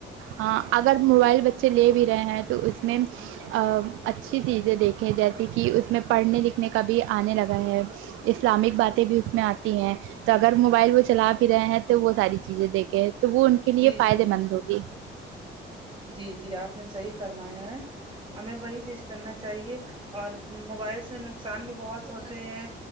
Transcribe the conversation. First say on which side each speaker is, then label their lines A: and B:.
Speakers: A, on the right; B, on the right.
A: ہاں اگر موبائل بچے لے بھی رہے ہیں تو اس میں آ اچھی چیزیں دیکھیں جیسے کہ اس میں پڑھنے لکھنے کا بھی آنے لگا ہے اسلامک باتیں بھی اس میں آتی ہیں تو اگر موبائل وہ چلا بھی رہے ہیں تو وہ ساری چیزیں دیکھ تے تو وہ ان کے لیے
B: جی
A: فائدے
B: جی بالکل
A: مند ہوگی
B: جی جی آپ نے صحیح فرمایا ہے ہمیں وہی چیز کرنا چاہیے اور موبائل سے نقصان بھی بہت ہوتے ہیں